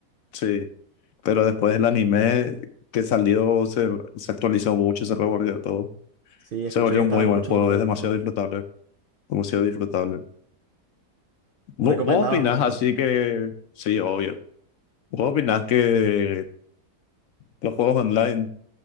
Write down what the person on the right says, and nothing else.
Sí,
escuché
que estaba
mucho
mejor
el juego.
Recomendado
entonces.